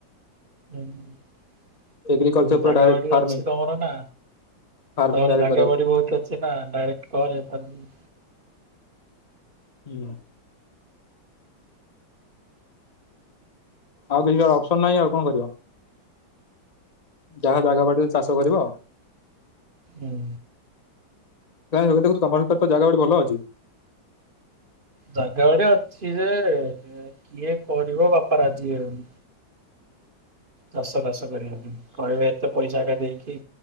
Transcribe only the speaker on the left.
ଏଗ୍ରିକଲଚର ପୁରା
ଡାଇରେକ୍ଟ
ଫାର୍ମିଂ
ଫାର୍ମିଂ
ଡାଇରେକ୍ଟ
କରିବାକୁ।
ହୁଁ ଆଉ କିଛି ଅପସନ ନାହିଁ ଆଉ କଣ କରିବ। ଯାହା ଜାଗା ବାଡ଼ିରେ ଚା କରିବ
କାଇଁ <unintelligible> ତମର ତ ଜାଗାବଡି ଭଲ ଅଛି।